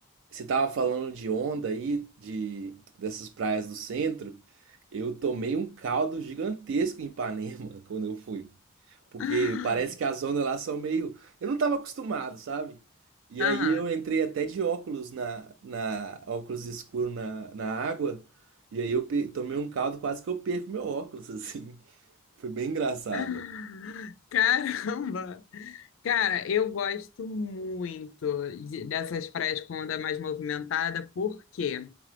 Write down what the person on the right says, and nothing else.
Você tava falando de onda aí, de dessas praias do centro. Eu tomei um caldo gigantesco em Ipanema <laughs> quando eu fui, porque
parece que as ondas lá são meio, eu não tava acostumado, sabe? E
aí
eu entrei até de óculos na, na óculos escuro na, na água, e aí eu pe- tomei um caldo quase que eu perco meu óculos <laughs> assim. Foi bem engraçado.